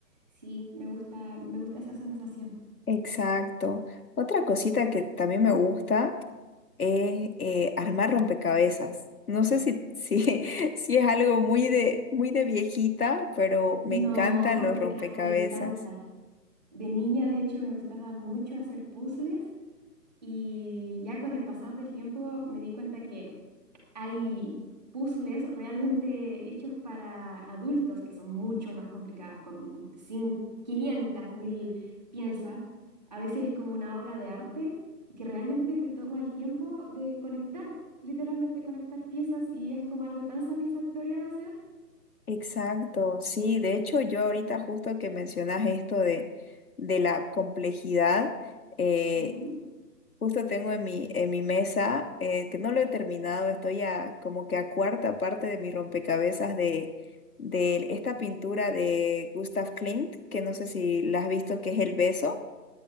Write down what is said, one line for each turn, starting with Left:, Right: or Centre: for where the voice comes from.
Right: Sí, me gusta, me gusta esa sensación.
Left: exacto. Otra cosita que también me gusta. es eh, armar rompecabezas. No sé si, si, <laughs> si es algo muy de, muy de viejita, pero
Right: No,
Left: me encantan
Right: completa,
Left: los rompecabezas.
Right: a mí me encanta. De niña, de hecho, me gustaba mucho hacer puzzles y ya con el pasar del tiempo me di cuenta que hay puzzles realmente hechos para adultos que son mucho más complicados, con cin- quinientas mil piezas. A veces es como una obra de arte y que realmente te toma el tiempo de conectar, literalmente conectar piezas y es como algo tan satisfactorio de hacer.
Left: Exacto, sí. De hecho,
Right: Sí,
Left: yo
Right: me
Left: ahorita
Right: gusta.
Left: justo que mencionas esto de, de la complejidad, eh,
Right: Ujú,
Left: justo tengo en mi, en mi mesa, eh, que no lo he terminado, estoy a, como que a cuarta parte de mi rompecabezas de, de esta pintura de Gustav Klimt, que no sé si la has visto, que es El Beso.